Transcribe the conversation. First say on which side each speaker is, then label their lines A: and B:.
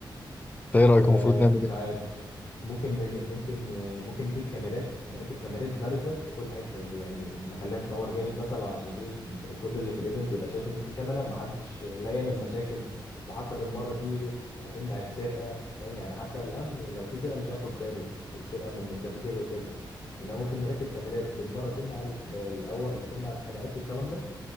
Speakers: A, on the left; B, on the left.
A: ايه رايك
B: آه،
A: المفروض نعمل
B: مش
A: ايه؟
B: عارف ممكن نج... ممكن آه، ممكن نجيب كاميرات نركب كاميرات بارزة في كل حتة اللي يعني نخليها تنور جامد مثلا عشان ايه كل اللي في الايفنت يبقى شايف ان في كاميرا محدش لا يعمل مشاكل وحتى بالمرة دي ايه هتمنع السرقة فاهم يعني حتى الأمن لو في سرقة مش هياخد باله سرقة من الكافيتيريا وكده إنما ممكن نركب كاميرات بالمرة تمنع ال- الأول تمنع الخناقات والكلام ده